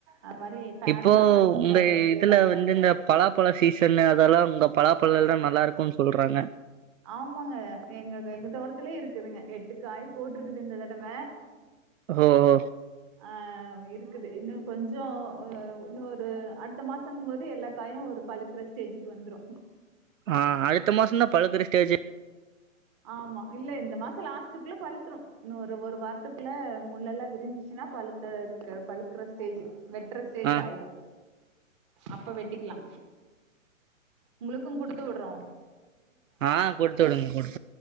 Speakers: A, on the right; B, on the right.
A: அது மாரி ஃபேன்
B: இப்போ
A: போடணுங்கிற
B: உங்க
A: அவசியல்லா
B: இதுல
A: இல்ல
B: வந்து
A: இருக்காது
B: இந்த பலாப்பழ சீசன் அதெல்லா உங்க பலா பழல்லா நல்லா இருக்குன்னு சொல்றாங்க
A: ஆமாங்க எங்க எங்க தோட்டத்துலயே இருக்குதுங்க எட்டுக்காய் போட்ருக்குது இந்த தடவ
B: ஹோ ஹோ
A: அ இருக்குது இன்னு கொஞ்சோ ஒ இன்னு ஒரு அடுத்த மாசங்போது எல்லா காயு ஒரு பழுக்குற ஸ்டேஜுக் வந்துரு
B: ஆ அடுத்த மாசந்தா பழுக்கற ஸ்டேஜே
A: ஆமா இல்ல இந்த மாச லாஸ்ட்டுக்குள்ள பழுத்துரு இன்னு ஒரு ஒரு வாரத்துக்குள்ள முள்ளல்லா விரி ச்சினா பழுத்த க பழுக்கற ஸ்டேஜி வெட்ற ஸ்டேஜு
B: ஆ
A: ஆயிரு அப்ப வெட்டிக்லா உங்குளுக்கு குடுத்து உட்றோ
B: ஆ குடுத்துடுங் குடு